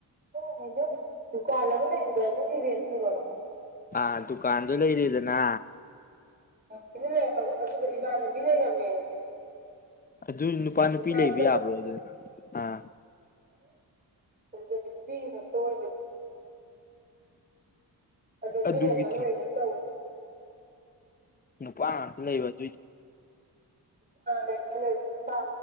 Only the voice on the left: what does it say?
ꯑꯥ ꯗꯨꯀꯥꯟꯗ ꯂꯩꯔꯤꯗꯅ
ꯑꯗꯨ ꯅꯨꯄꯥ ꯅꯨꯄꯤ
ꯂꯩꯕ ꯌꯥꯕ꯭ꯔꯣ ꯑꯗꯨꯅ ꯑꯥ
ꯑꯗꯨꯒꯤ
ꯄ ꯂꯩꯕ ꯑꯗꯨ